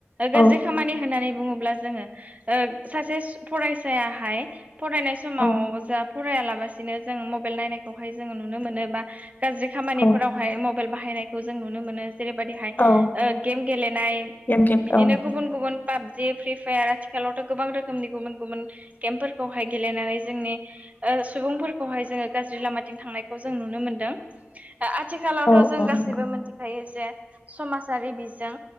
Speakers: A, on the right; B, on the left.
A: गाज्रि
B: औ
A: खामानि होननानै बुङोब्ला जोङो ओ सासे फरायसायाहाय फरायनाय समाव
B: औ
A: जा फरायालाबसिनो जोङो मबाइल नायनायखौहाय जोङो नुनो मोनो बा गाज्रि खामानिफोरावहाय
B: औ
A: मबाइल बाहायनायखौ जों नुनो मोनो। जेरैबायदिहाय
B: औ
A: ओ गेम गेलेनाय
B: एमकेट
A: बिदिनो
B: औ
A: गुबुन गुबुन पाबजि फ्रि फायार आथिखालावथ' गोबां रोखोमनि गुबुन गुबुन गेमफोरखौहाय गेलेनानै जोंनि ओ सुबुंफोरखौहाय जोङो गाज्रि लामाथिं थांनायखौ जों नुनो मोनदों। ओ आथिखालावथ'
B: औ
A: जों
B: औ
A: गासिबो
B: नंगौ
A: मिथिखायो जे समाजारि बिजों